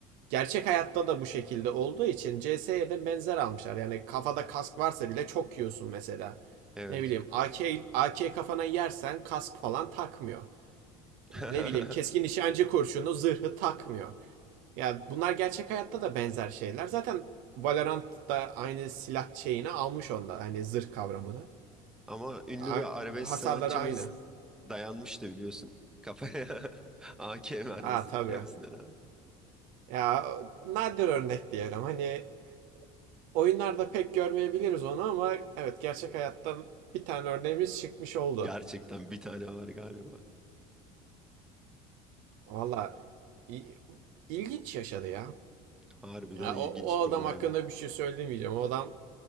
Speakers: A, on the right; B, in the centre.
A: gerçek hayatta da bu şekilde olduğu için CS'ye de benzer almışlar. Yani kafada kask varsa bile çok yiyorsun mesela.
B: Evet.
A: Ne bileyim AK, AK kafana yersen kask falan takmıyor.
B: <laughs>
A: Ne bileyim keskin nişancı kurşunu zırhı takmıyor. Ya bunlar gerçek hayatta da benzer şeyler. Zaten Valorant da aynı silah şeyini almış onda. Hani zırh kavramını.
B: Ama ünlü
A: A-
B: bir arabesk
A: hasarları
B: sanatçımız
A: aynı.
B: dayanmıştı biliyorsun. Kafaya <laughs> AK vermesin,
A: Aa tabii.
B: yemesinden abi.
A: Ya nadir örnek diyelim. Hani oyunlarda pek görmeyebiliriz onu ama evet gerçek hayatta bir tane örneğimiz çıkmış
B: <laughs>
A: oldu.
B: Gerçekten bir tane var galiba.
A: Valla i- ilginç yaşadı ya.
B: Harbiden
A: Ya
B: ilginç
A: o, o
B: bir
A: adam
B: olaydı.
A: hakkında bir şey söylemeyeceğim. O adam